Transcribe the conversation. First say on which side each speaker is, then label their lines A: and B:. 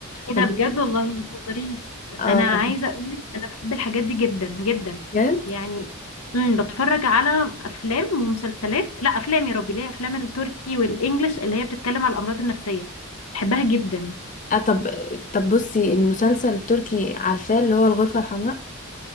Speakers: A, on the left; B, on the left.
A: ايه
B: ف-
A: ده بجد والله ما تهزريش
B: اه
A: انا عايزه اقول لك انا بحب الحاجات دي جدا جدا
B: بجد
A: يعني امم بتفرج على افلام ومسلسلات لا افلام يا ربي ليه افلام التركي والانجليش اللي هي بتتكلم على الامراض النفسيه بحبها جدا
B: آه، طب طب بصي المسلسل التركي عارفاه اللي هو الغرفه الحمراء